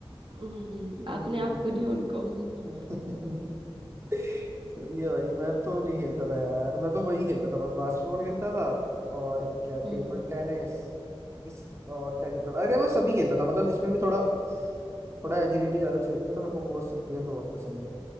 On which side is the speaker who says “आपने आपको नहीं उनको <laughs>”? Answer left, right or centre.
Right